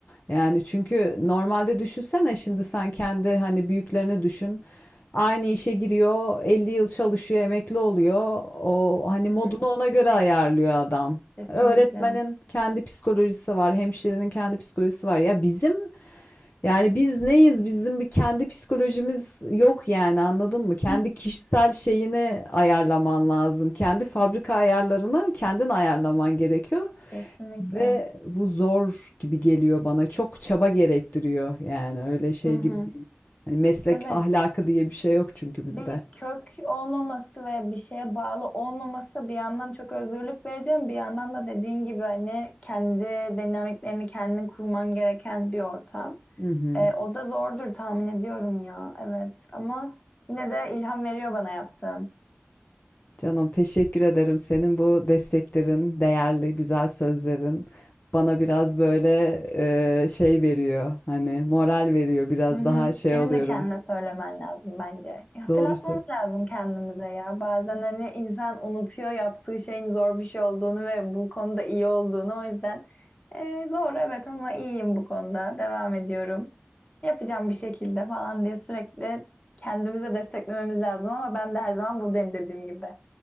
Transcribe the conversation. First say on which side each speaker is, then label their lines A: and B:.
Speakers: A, on the left; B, on the left.
A: Yani çünkü normalde düşünsene şimdi sen kendi hani büyüklerini düşün. Aynı işe giriyor, 50 yıl çalışıyor, emekli oluyor. O hani
B: hı
A: modunu
B: hı,
A: ona göre ayarlıyor adam.
B: kesinlikle,
A: Öğretmenin kendi psikolojisi var, hemşirenin kendi psikolojisi var. Ya bizim yani biz neyiz? Bizim bir kendi psikolojimiz yok yani anladın mı? Kendi
B: <laughs>
A: kişisel şeyini ayarlaman lazım. Kendi fabrika ayarlarını kendin ayarlaman gerekiyor.
B: kesinlikle.
A: Ve bu zor gibi geliyor bana. Çok çaba gerektiriyor yani öyle şey
B: hı hı.
A: gibi değil. Hani meslek
B: Evet.
A: ahlakı diye bir şey yok çünkü bizde.
B: Bir kök olmaması ve bir şeye bağlı olmaması bir yandan çok özgürlük vereceğim, bir yandan da dediğin gibi hani kendi dinamiklerini kendin kurman gereken bir ortam.
A: Hı hı.
B: Ee, o da zordur tahmin ediyorum ya. Evet ama yine de ilham veriyor bana yaptığın.
A: Canım teşekkür ederim. Senin bu desteklerin, değerli, güzel sözlerin bana biraz böyle e, şey veriyor. Hani moral veriyor. Biraz
B: Hı hı.
A: daha şey
B: Senin
A: oluyorum.
B: de kendine söylemen lazım bence. Hatırlatmamız
A: Doğrusu.
B: lazım kendimize ya. Bazen hani insan unutuyor yaptığı şeyin zor bir şey olduğunu ve bu konuda iyi olduğunu. O yüzden e, zor evet ama iyiyim bu konuda. Devam ediyorum. Yapacağım bir şekilde falan diye sürekli kendimize desteklememiz lazım ama ben de her zaman buradayım dediğim gibi.